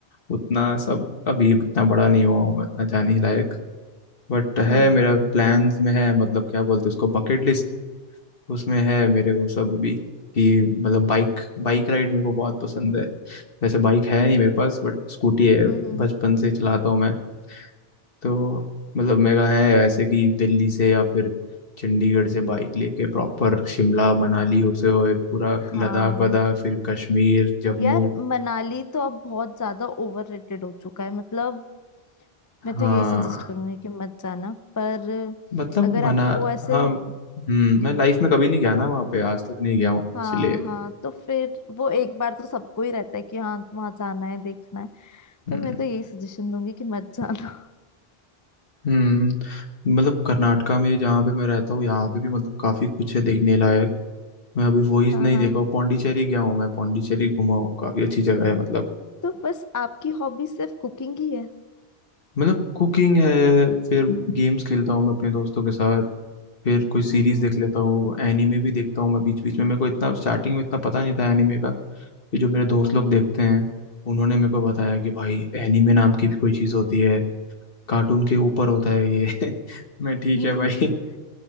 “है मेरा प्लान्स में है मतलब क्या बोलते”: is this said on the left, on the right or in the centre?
Left